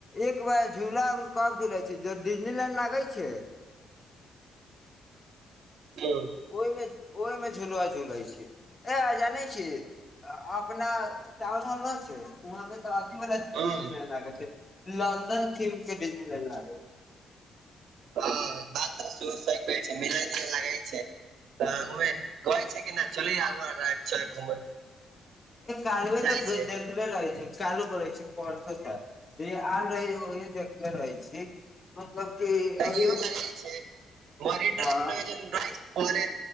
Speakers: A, on the left (about 25°); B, on the right (about 75°).
A: एक बार झूला कब झूला छै ज डिजनी लाइंड लागै छै
B: हूंम्म
A: ओहि मे ओहिमे झुलवा झुलै छी ऐ जानै छी अपना चावल न छै वहाँ पे तऽ ज लै
B: हुँ
A: छै लन्दन म के डज लन लागै छै
B: हँ बात तऽ सेहो सही कहै छै मिलय द लागै छै तऽ घूमे गै छै कि नहि चल आ घुमै
A: त कालबे
B: जाइ
A: तऽ
B: छै
A: गैद ले रहै छै कालो बोले छै परसो आब रहै <unintelligible> देखले रहै छी मतलब कि
B: कहियो
A: अभी
B: लगै छै मोरीन
A: हँ
B: ड्राइव पहले